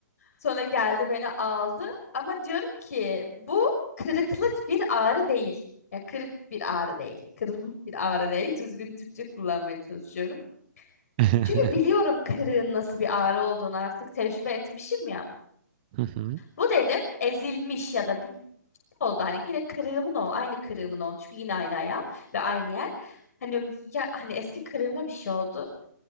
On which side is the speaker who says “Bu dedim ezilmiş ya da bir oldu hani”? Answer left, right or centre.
Left